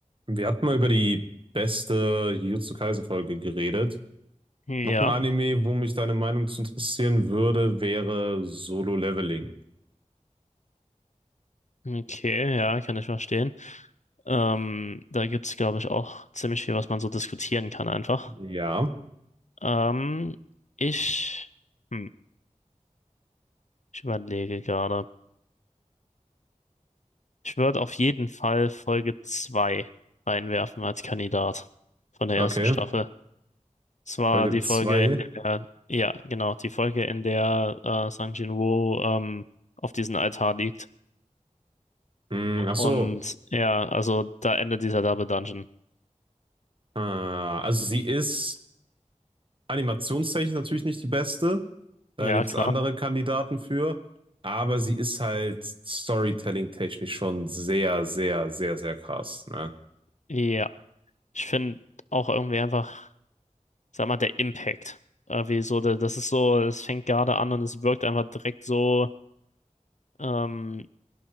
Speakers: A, on the right (about 40°); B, on the left (about 65°).
A: Wir hatten mal über die beste Jujutsu Kaisen-Folge geredet.
B: Ja,
A: Noch ein Anime, wo mich deine Meinung zu interessieren würde, wäre Solo Leveling.
B: okay, ja, kann ich verstehen. Ähm, da gibt es, glaube ich, auch ziemlich viel, was man so diskutieren kann einfach.
A: Ja,
B: Ähm, ich, hm, ich überlege gerade. Ich würde auf jeden Fall Folge 2 reinwerfen als Kandidat von der
A: okay.
B: ersten Staffel. Es war
A: Folge
B: die
A: 2.
B: Folge, in der, ja, genau, die Folge, in der äh, Sang Jin-woo ähm, auf diesem Altar liegt.
A: Hm, ach
B: Und
A: so.
B: ja, also da endet dieser Double Dungeon.
A: Äh, also sie ist animationstechnisch natürlich nicht die beste. Da
B: Ja,
A: gibt
B: klar.
A: es andere Kandidaten für. Aber sie ist halt storytelling-technisch schon sehr, sehr, sehr, sehr krass. Ne?
B: Ja. Ich finde auch irgendwie einfach, sag mal, der Impact. Irgendwie so, da- das ist so, es fängt gerade an und es wirkt einfach direkt so ähm,